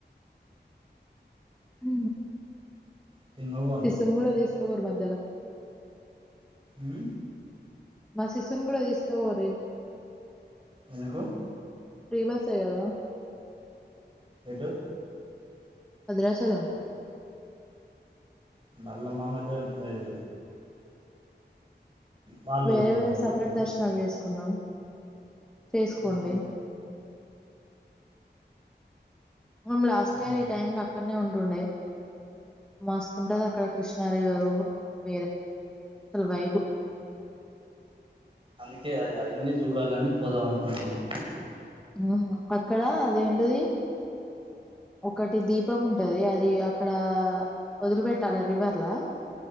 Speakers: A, in the centre; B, on the right.
A: ఉ
B: సినిమాకి పోవాలి
A: సిస్
B: రేపు
A: ను కూడా తీసుకుపోరీ మరి దల
B: ఉ
A: మా సిస్ ను కూడా తీసుకపోరి
B: ఎందుకు
A: ఫ్రీ బసే కదా
B: ఏటు
A: భద్రాచలం
B: మళ్ళా మా మద్యలో అది వాళ్ళోళ్ళతోని
A: వేరే వేరే
B: పోతది
A: సెపరేట్ దర్శనాలు చెస్ కుందం చేసుకోండి
B: ఉహు
A: మేం లాస్ట్
B: ఉమ్
A: ఇయర ఈ టైమ్లా అక్కడినే ఉన్నాం డే మస్తుంటది అక్కడ కృష్ణ నరిగారు వేరే అసలు వైబ్
B: అందుకే అయన్నీ చూడాలని పోదాం అనుకుంటున్నా
A: ఉ అక్కడ అదేంటది ఒకటి దీపం ఉంటది అది అక్కడ వదిలి పెట్టాలి రివర్లా